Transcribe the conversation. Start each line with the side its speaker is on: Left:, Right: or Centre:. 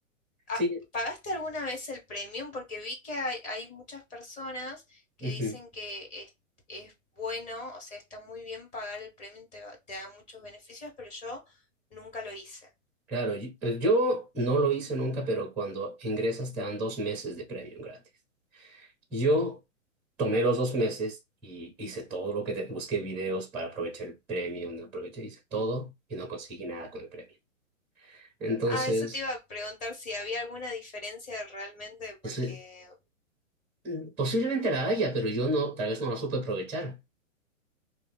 Left: ah,
Centre: Sí,
Left: ¿pagaste alguna vez el premium? Porque vi que hay, hay muchas personas que
Centre: ujú,
Left: dicen que es, es bueno, o sea, está muy bien pagar el premium, te, va- te da muchos beneficios, pero yo nunca lo hice.
Centre: Claro, y- eh, yo no lo hice nunca, pero cuando ingresas te dan dos meses de premium gratis. Yo tomé los dos meses y hice todo lo que te- busqué videos para aprovechar el premium, no aproveché, hice todo y no conseguí nada con el premium. Entonces,
Left: Ah, eso te iba a preguntar si había alguna diferencia realmente, porque,
Centre: eso, Mm, Posiblemente la haya, pero yo no, tal vez no la supe aprovechar.